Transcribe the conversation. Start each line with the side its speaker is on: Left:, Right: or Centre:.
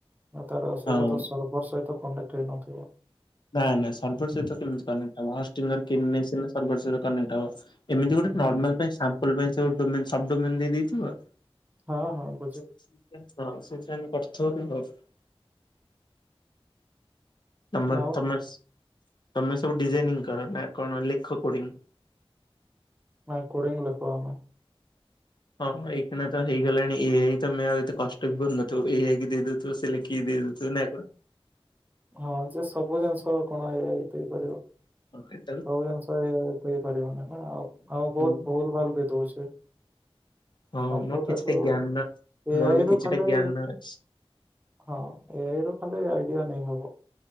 Right: ତାର ସେଇଟା
Left: ହଁ।
Right: ତ ସର୍ଭର ସହିତ କନେକ୍ଟ ହେଇନଥିବ।
Left: ନା ନା ସର୍ଭର ସହିତ କେମିତି କନେଟ ହବ। <unintelligible> ସର୍ଭର ସହିତ କନେଟ ହବ। ଏମିତି ଗୋଟେ
Right: ହୁଁ।
Left: ନର୍ମାଲ ପାଇଁ ସାମ୍ପୂଲ୍ ପାଇଁ ସବ ଡୋମେନ୍ ଦେଇ ଦେଇଥିବ।
Right: ହଁ ହଁ ବୁଝିଲି
Left: ସେ ହଁ ସେଥିରେ ଆମେ କରିଥିବ ଆଉ। ତମର
Right: ଆଉ
Left: ତମେ ତମେ ସବୁ ଡିଜାଇନିଂ କର ନା କଣ ଲେଖ କୋଡିଙ୍ଗ?
Right: <unintelligible>
Left: ହଁ ପା ଏଇ ଖିନା ତ ହେଇଗଲାଣି ଏ ଆଇ ତମେ ଆଉ ଏତେ କଷ୍ଟ ବି କରୁନ ଥିବ ଏ ଆଇ କି ଦେଇ ଦ ତ ସେ ଲେଖିକି ଦେଇ ଦଉ ଥିବ ନା କଣ?
Right: ହଁ ସେ ସବୁ ଜିନିଷ କଣ ଏ ଆଇ କରି ପାରିବ।
Left: ଓକେ
Right: ସବୁ ଜିନିଷ ଏ ଆଇ କରିପାରିବନି ନା ଆଉ ଆଉ ବୋହୁତ
Left: ହୁଁ
Right: ଭୁଲ ଭାଲ ବି ଦଉଛି।
Left: ହଁ
Right: ସବୁ
Left: ମୋର କିଛିଟା
Right: ତାକୁ
Left: ଜ୍ଞାନ
Right: ଏ
Left: ମୋର
Right: ଆଇ
Left: ବି କିଛିଟା
Right: ରୁ ଖାଲି
Left: ଜ୍ଞାନ ଅଛି
Right: ହଁ ଏ ଆଇ ରୁ ଖାଲି ଆଇଡିଆ ନେଇ ହବ।